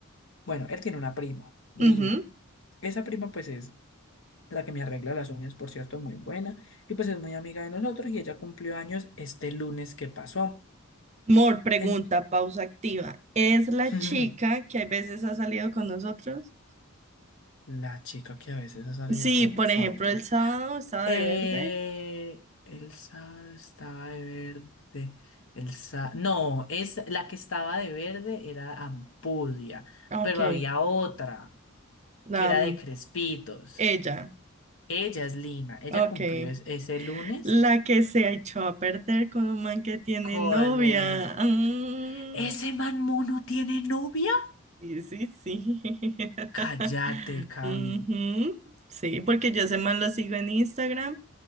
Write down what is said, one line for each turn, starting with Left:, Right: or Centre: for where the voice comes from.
Left: Bueno, él tiene una prima, Lina.
Right: Ujú.
Left: Esa prima pues es la que me arregla las uñas, por cierto, muy buena. Y pues es muy amiga de nosotros y ella cumplió años este lunes que pasó.
Right: Mor, pregunta,
Left: En-
Right: pausa activa. ¿Es la
Left: <laughs>
Right: chica que a veces ha salido con nosotros?
Left: La chica que a veces ha salido
Right: Sí,
Left: con
Right: por
Left: nosotros.
Right: ejemplo, el sábado estaba
Left: Eh,
Right: de verde.
Left: Elsa estaba de verde. Elsa, no, es la que estaba de verde era Ampudia,
Right: Ah,
Left: pero
Right: Ok,
Left: había otra
Right: la
Left: que era
Right: amo.
Left: de Crespitos.
Right: Ella.
Left: Ella es Lina. Ella
Right: Ah,
Left: cumplió
Right: Ok.
Left: es- ese lunes
Right: La que se echó a perder con un man que tiene
Left: con
Right: novia.
Left: el...
Right: Ah.
Left: ¿Ese man mono tiene novia?
Right: Sí, sí, sí. <laughs>
Left: Cállate, Cami.
Right: Ujú, Sí, porque yo ese man lo sigo en Instagram